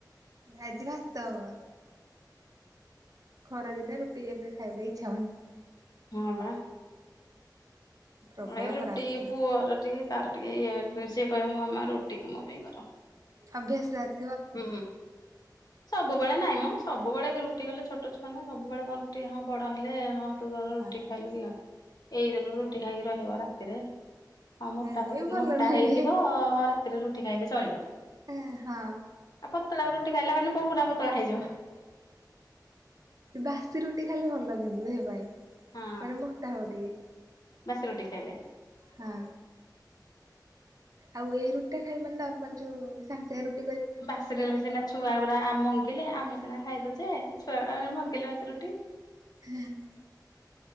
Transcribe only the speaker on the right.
ଆଜି ଭାତ ହବ। ଖରା ଦିନେ ରୁଟି ଏବେ ଖାଇବାକୁ ଇଛା ହଉନି।
ପ୍ରବଳ
ଖରା ହଉଛି।
ଅଭ୍ୟାସ ଯାର।
ହଁ
ଏଇଟି ଭଲ
ନୁହେଁ।
ଏ ହଁ।
ବାସି ରୁଟି ଖାଇଲେ ଭଲ କିନ୍ତୁ ଦେହ ପାଇଁ।
ମାନେ ମୋଟା ହବ ଟିକେ।
ହଁ। ଆଉ ଏଇ ରୁଟିଟା ଖାଇ ମାନେ ନମାଲ ଯୋଉ ସାଙ୍ଗ ସାଙ୍ଗ ରୁଟ
ହୁଁ- <inaudible>